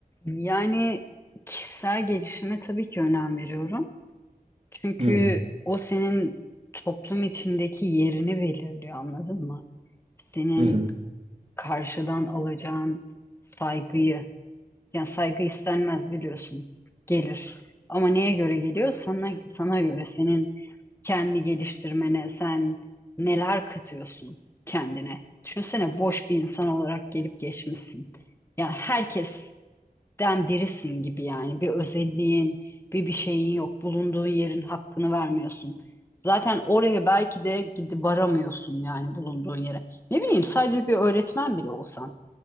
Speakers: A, on the left (about 15°); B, on the right (about 40°).
A: Yani kişisel gelişime tabii ki önem veriyorum. Çünkü
B: Hı hı.
A: o senin toplum içindeki yerini belirliyor, anladın mı? Senin
B: Hı hı.
A: karşıdan alacağın saygıyı, yani saygı istenmez biliyorsun, gelir. Ama neye göre geliyor? Sana, sana göre senin kendi geliştirmene, sen neler katıyorsun kendine. Düşünsene boş bir insan olarak gelip geçmişsin. Yani herkes den birisin gibi yani. Bir özelliğin, bir bir şeyin yok. Bulunduğun yerin hakkını vermiyorsun. Zaten oraya belki de gidip varamıyorsun yani bulunduğun yere. Ne bileyim sadece bir öğretmen bile olsan.